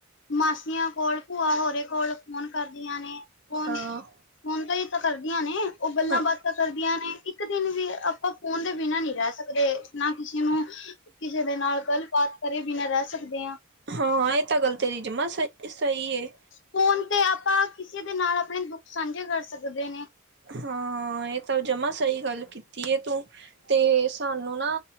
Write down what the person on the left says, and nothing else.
ਮਾਸੀਆਂ ਕੋਲ, ਭੂਆ ਹੋਰੇ ਕੋਲ ਫੋ਼ਨ ਕਰਦੀਆਂ ਨੇ, ਫੋ਼ਨ
ਫੋਨ ਤੇ ਇਹ ਤਾਂ ਕਰਦੀਆਂ ਨੇ, ਔ ਗੱਲਾਂ
-ਬਾਤਾ ਕਰਦੀਆਂ ਨੇ, ਇੱਕ ਦਿਨ ਵੀ ਆਪਾਂ ਫੋਨ ਦੇ ਬਿਨਾਂ ਨੀ ਰਹ ਸਕਦੇ, ਨਾ ਕਿੱਸੇ ਨੂੰ ਕਿੱਸੇ ਦੇ ਨਾਲ ਗੱਲ-ਬਾਤ ਕਰੇ ਬੀਨਾ ਰਹ ਸਕਦੇ ਆਂ
ਫੋ਼ਨ ਤੇ ਆਪਾਂ ਕਿਸੇ ਦੇ ਨਾਲ ਆਪਨੇ ਦੁੱਖ ਸਾਂਝੇ ਕਰ ਸਕਦੇ ਨੇ।